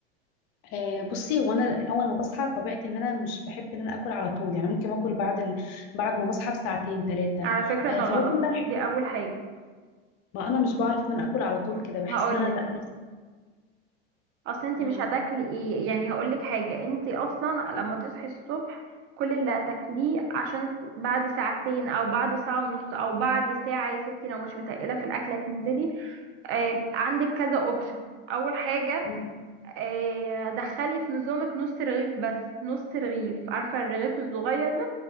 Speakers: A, on the left; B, on the right.
A: آه، بصي وانا اول ما بصحى طبيعتي ان انا مش بحب ان انا اكل على طول يعني ممكن اكل بعد ال... بعد ما بصحى بساعتين ثلاثه
B: على فكره
A: آه،
B: ده
A: فباكل
B: غلط
A: بقى
B: دي
A: حاجات
B: اول حاجه
A: ما انا مش بعرف ان انا اكل على طول
B: م-
A: كده بحس
B: هقولك
A: ان انا لا نفسي
B: اصل انت
A: مم.
B: مش هتاكلي ايه يعني هقولك حاجه انت اصلا لما تصحي الصبح كل اللي هتاكليه عشان ت- بعد ساعتين او بعد ساعه ونص او بعد ساعه يا ستي لو مش متقله في الاكله تنزلي آه عندك كذا اوبشن اول حاجه
A: مم.
B: آه دخلي في نظامك نص رغيف بس نص رغيف عارفه الرغيف الصغير ده